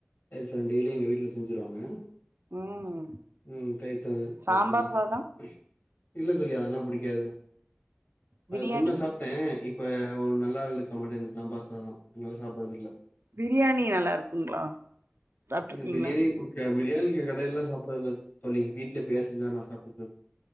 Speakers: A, on the left; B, on the right.
A: தயிர் சாதம் டெய்லி எங்க வீட்ல செஞ்சிருவாங்க
B: ம்
A: ம் தயிர் சாதம்
B: சாம்பார்
A: சாப்ட்றுவ
B: சாதம்
A: தோழி இல்ல தோழி அதெல்லா பிடிக்காது
B: பிரியாணி
A: அது முன்ன சாப் ட்டே இப்ப ஒரு நல்லா இருக்க மாட்டேங்குது சாம்பார் சாதோ அதனால சாப்புடறது இல்ல
B: பிரியாணி நல்லா இருக்குங்களா சாப்ட்ருக்கீங்களா
A: பிரியாணி இப்ப பிரியாணி கடைலல்லா சாப்பிடறதுல்ல தோழி வீட்ல எப்பையா செஞ்சா நா சாப்டுப்பே